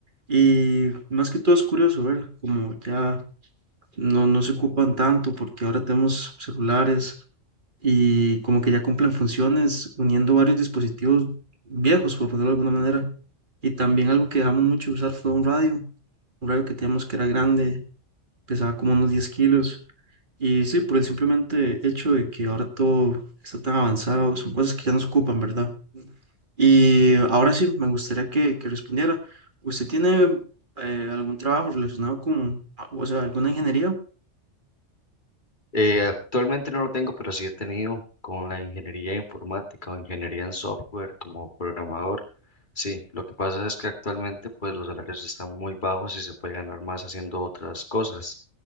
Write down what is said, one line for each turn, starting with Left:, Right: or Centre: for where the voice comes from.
Right: Y más que todo es curioso ver como ya no, no se ocupan tanto porque ahora tenemos celulares y como que ya cumplen funciones uniendo varios dispositivos viejos, por ponerlo de alguna manera. Y también algo que dejamos mucho de usar fue un radio, un radio que teníamos que era grande, pesaba como unos 10 kilos. Y sí, por el simplemente hecho de que ahora todo está tan avanzado, son cosas que ya no se ocupan, ¿verdad? Y ahora sí, me gustaría que, que respondiera. ¿Usted tiene eh, algún trabajo relacionado con, a- o sea, alguna ingeniería?
Left: Eh, actualmente no lo tengo, pero sí he tenido con la ingeniería informática o ingeniería en software como programador. Sí, lo que pasa es que actualmente pues los salarios están muy bajos y se puede ganar más haciendo otras cosas,